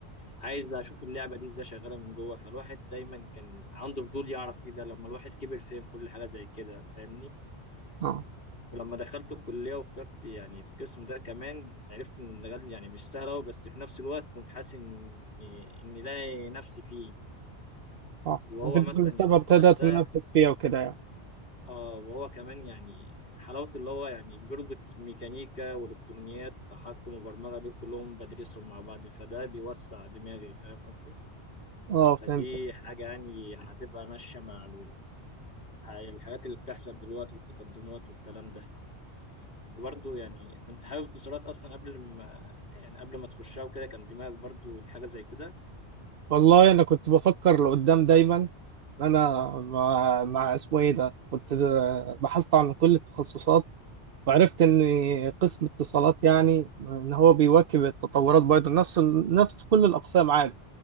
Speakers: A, on the left (about 60°); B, on the right (about 60°).
A: عايز اشوف اللعبه دي ازاي شغاله من جوه فالواحد دايما كان عنده فضول يعرف ايه ده لما الواحد كبر فهم كل حاجه زي كده فاهمني
B: اه
A: ولما دخلت الكليه واخترت يعني القسم ده كمان عرفت ان المجال يعني مش سهل أوي، بس في نفس الوقت كنت حاسس اني اني لاقي نفسي فيه
B: اه
A: وهو
B: انك انت
A: مثلا
B: في المستقبل
A: يعني
B: تقدر
A: المجال
B: تنفذ
A: ده
B: فيها وكده يعني
A: اه وهو كمان يعني حلاوة اللي هو يعني بيربط ميكانيكا والكترونيات وتحكم وبرمجة دول كلهم بدرسهم مع بعض فده بيوسع دماغي فاهم قصدي؟
B: اه
A: فدي
B: فهمتك
A: حاجة يعني هتبقى ماشية مع ال- الحاجات اللي بتحصل دلوقتي والتقدمات والكلام ده وبرضه يعني كنت حابب اتصالات أصلا قبل ما يعني قبل ما تخشها وكده كان دماغك برضه حاجة زي كده
B: والله انا كنت بفكر لقدام دايما إن انا مع, مع اسمه ايه ده كنت د- بحثت عن كل التخصصات وعرفت ان قسم اتصالات يعني ان هو بيواكب التطورات برضه نفس ال- نفس كل الاقسام عادي